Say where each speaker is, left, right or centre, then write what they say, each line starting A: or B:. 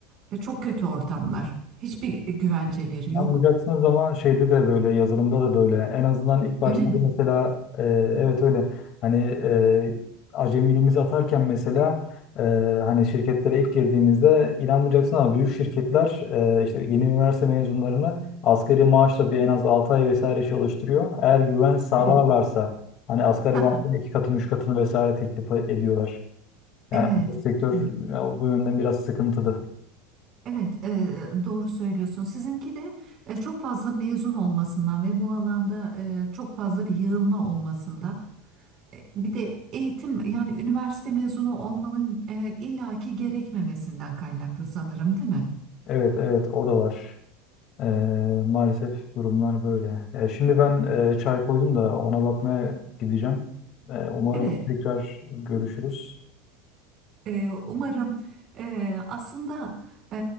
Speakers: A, on the right; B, on the left.
A: e, çok kötü ortamlar. Hiçbir güvenceleri yok.
B: Anlayacaksınız ama şeyde de böyle yazılımda da böyle en azından ilk başlarda
A: Öyle mi?
B: mesela e, evet öyle hani e, acemiliğimizi atarken mesela e, hani şirketlere ilk girdiğimizde inanmayacaksın ama büyük şirketler e, işte yeni üniversite mezunlarını asgari maaşla bir en az 6 ay vesaire çalıştırıyor. Eğer güven sağlarlarsa
A: Evet.
B: hani asgari
A: <laughs>
B: maaşın iki katını üç katını vesaire teklif ediyorlar. Yani
A: Evet.
B: sektör
A: Evet,
B: e, bu yönden biraz sıkıntılı.
A: Evet, e, doğru söylüyorsun. Sizinki de e, çok fazla mezun olmasından ve bu alanda e, çok fazla bir yığılma olmasından. Bir de eğitim yani üniversite mezunu olmanın e, illaki gerekmemesinden kaynaklı sanırım, değil mi?
B: Evet evet o da var. Ee, maalesef durumlar böyle. Ee, şimdi ben e, çay koydum da ona bakmaya gideceğim. Ee, umarım
A: Evet.
B: tekrar görüşürüz.
A: Ee, umarım e, aslında e,